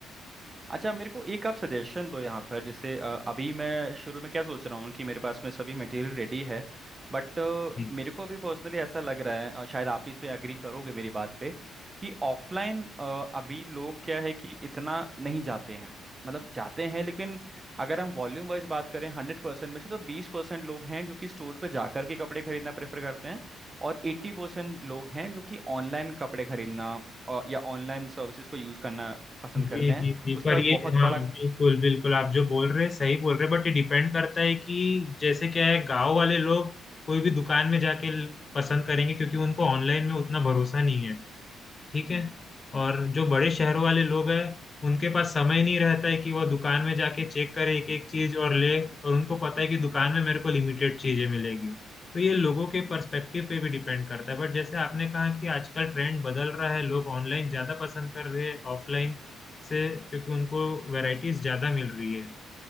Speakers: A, on the right; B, on the left.
A: अच्छा मेरे को एक आप सजेशन दो यहाँ पर जैसे अ, अभी मैं शुरू में क्या सोच रहा हूँ कि मेरे पास में सभी मटेरियल रेडी है बट
B: जी
A: मेरे को अभी पर्सनली ऐसा लग रहा है अ, शायद आप इस पे एग्री करोगे मेरी बात पे कि ऑफलाइन अभी लोग क्या है कि इतना नहीं जाते हैं मतलब जाते हैं लेकिन अगर हम वॉल्यूम वाइज बात करें हंड्रेड परसेंट में से तो बीस परसेंट लोग हैं जो कि स्टोर पे जाकर के कपड़े खरीदना प्रेफर करते हैं और एट्टी परसेंट लोग हैं जो कि ऑनलाइन कपड़े खरीदना अ, या ऑनलाइन सर्विसेज को यूज करना पसंद
B: जी
A: करते हैं
B: जी जी,
A: उसका
B: पर
A: एक
B: ये
A: बहुत
B: हाँ
A: बड़ा
B: बिल्कुल बिल्कुल आप जो बोल रहे हैं सही बोल रहे हैं बट ये डिपेंड करता है कि जैसे क्या है गांव वाले लोग कोई भी दुकान में जाके पसंद करेंगे क्योंकि उनको ऑनलाइन में उतना भरोसा नहीं है ठीक
A: हम्म,
B: है और जो बड़े शहरों वाले लोग हैं उनके पास समय नहीं रहता है कि वो दुकान में जाके चेक करे एक एक चीज और ले और उनको पता है कि दुकान में मेरे को लिमिटेड चीजें मिलेगी तो ये लोगों के पर्सपेक्टिव पे भी डिपेंड करता है बट जैसे आपने कहा कि आजकल ट्रेंड बदल रहा है लोग ऑनलाइन ज्यादा पसंद कर रहे हैं ऑफलाइन से क्योंकि उनको वैरायटीज ज्यादा मिल रही है